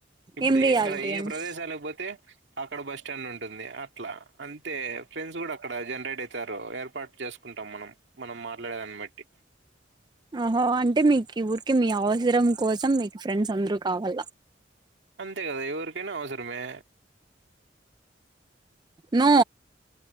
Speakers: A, on the right (about 65°); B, on the right (about 25°).
A: ఇప్పుడు
B: ఏం రియాలిటీ
A: ఎక్కడ ఏ
B: అండి
A: ప్రదేశాలకి పోతే, అక్కడ బస్ స్టాండ్ ఉంటుంది అట్లా. అంతే ఫ్రెండ్స్ కూడ అక్కడ జనరేట్ ఐతారు, ఏర్పాటు చేసుకుంటాం మనం, మనం మాట్లాడేదాన్ని బట్ కుట్టి
B: ఆహో అంటే మీకి ఊరికి మీ అవసరం కోసం మీకు ఫ్రెండ్స్ అందరు కావ్వల
A: అంతేకదా ఇవరికైనా అవసరమే.
B: నో